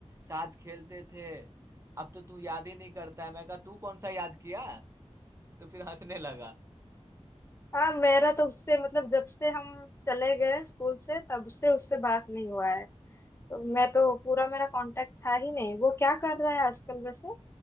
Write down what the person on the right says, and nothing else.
साथ खेलते थे अब तो तू याद ही नहीं करता है मैं कहा तू कौन सा याद किया तो फिर हंसने लगा